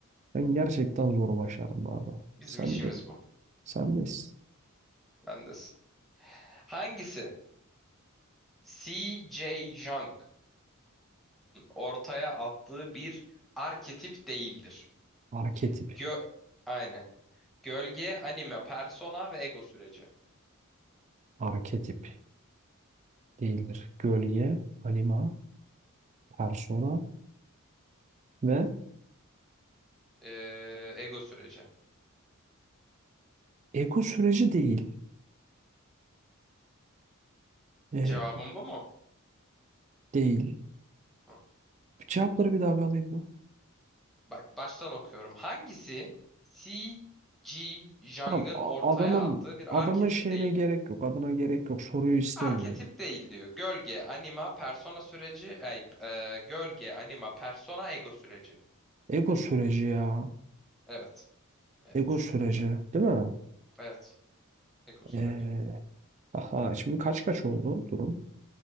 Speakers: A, on the right (about 30°); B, in the centre.
A: Ben gerçekten zoru başardım bu arada.
B: Bizim
A: Sen
B: işimiz
A: de,
B: bu.
A: sen de s-
B: Bendesin. Hangisi? C.J. Jung'ın ortaya attığı bir arketip değildir.
A: arketip,
B: Gö Aynen. Gölge, anime, persona ve ego süreci.
A: arketip değildir. Gölge, anima, persona ve
B: Ee, ego süreci.
A: ego süreci değil. Ee,
B: Cevabım bu mu?
A: değil.
B: Hı.
A: Cevapları bir daha bir alayım mı?
B: Bak baştan okuyorum. Hangisi C, G, Jung'ın
A: Tamam, a-
B: ortaya
A: adamın,
B: attığı bir arketip
A: adamın şeyine
B: değil?
A: gerek yok, adına gerek yok. Soruyu istemiyorum.
B: Arketip değil diyor. Gölge, anima, persona süreci, ay, e, gölge, anima, persona, ego süreci.
A: Ego süreci ya.
B: Evet. Evet.
A: Ego süreci, değil mi?
B: Evet. Ego süreci.
A: Ee, aha, şimdi kaç kaç oldu durum?